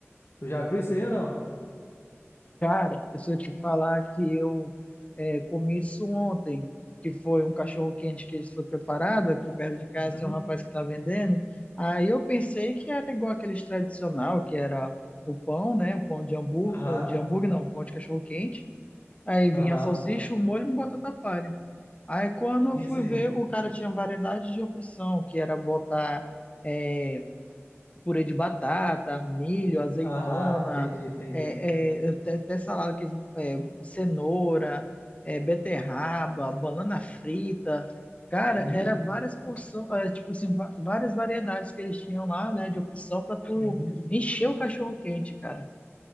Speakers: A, on the left; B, on the left.
A: Tu já viu isso aí ou não?
B: Cara, se eu te falar que eu é, comi isso ontem, que foi um cachorro-quente que foi preparado aqui perto de casa,
A: Uhum.
B: tem um rapaz que está vendendo. Aí eu pensei que era igual aqueles tradicional, que era o pão, né? O pão de hambúrguer,
A: Aham,
B: ou de hambúrguer não, o pão de cachorro-quente. Aí vinha
A: aham.
B: a salsicha, o molho e uma batata palha. Aí quando eu
A: Sim,
B: fui
A: sim.
B: ver, o cara tinha variedade de opção, que era botar. é, purê de batata, milho, azeitona,
A: Aham, entendi, entendi.
B: é, é, até, até salada que é, cenoura, é, beterraba, banana frita. Cara,
A: Uhum,
B: era várias porções, tipo assim, va- várias variedades que eles tinham lá, né, de opção para tu
A: uhum,
B: encher o cachorro quente, cara.